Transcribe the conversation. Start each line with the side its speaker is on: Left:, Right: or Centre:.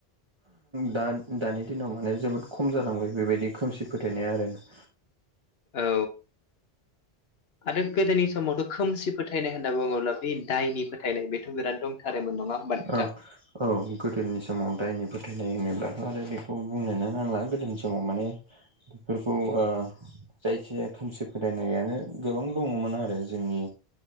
Right: दा दानि दिनाव माने जोबोद खम जालांबाय बेबायदि खोमसि फोथायनाया आरोना।
Left: औ। आरो गोदोनि समावथ' खोमसि फोथायनाय होनना बुङोब्ला बे दायनि फोथायनाय बेथ' बिराद दंथारोमोन नङा होमबा नोंथां
Right: औ। औ गोदोनि समाव दायनि फोथायनाय होनोब्लाथ' आरो बेखौ बुंनोनो नांला गोदोनि समाव माने बेफोरखौ ओ जायखिजाया खोमसि फोथायनायानो गोबां दङमोन आरो जोंनि